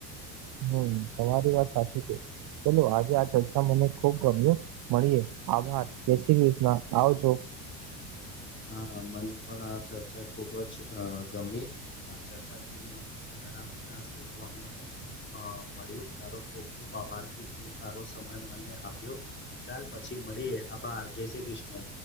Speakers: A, on the right (about 45°); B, on the left (about 25°).
A: હમ તમારી વાત સાચી છે ચલો આજે આ ચર્ચા મને ખુબ ગમી મળીએે આભાર જય શ્રી કૃષ્ણ આવજો
B: હા મને પણ આ ચર્ચા ખુબ જ ગમી આ ચર્ચાથી મને ઘણા બધા શીખવાનું અ મળ્યું તારો ખૂબ ખૂબ આભાર કે તે તારો સમય મને આપ્યો ચાલ પછી મળીએ આભાર જય શ્રી કૃષ્ણ